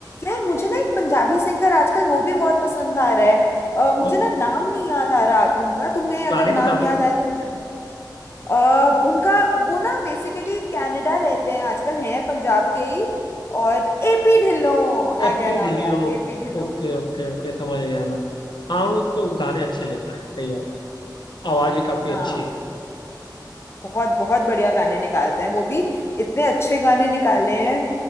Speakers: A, on the left (about 35°); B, on the left (about 80°).
A: यार मुझे ना एक पंजाबी सिंगर आजकल वो भी बहुत पसंद आ रहा है अ, मुझे
B: कौन
A: ना नाम नहीं याद आ रहा उनका तुम्हें अगर
B: गाने बता
A: नाम याद
B: दो
A: आए तो मुझे अ, उनका वो ना बेसिकली कनाडा रहते हैं आजकल हैं पंजाब के ही और एपी ढिल्लों आ
B: Happy
A: गया
B: Dhillon
A: नाम याद एपी ढिल्लों
B: Okay okay okay समझ गया मैं हाँ वो तो गाने अच्छे लिख रहा है सही बात है आवाज भी काफी
A: हाँ
B: अच्छी है
A: बहुत बहुत बढ़िया गाने निकालते हैं वो भी इतने अच्छे गाने निकाले हैं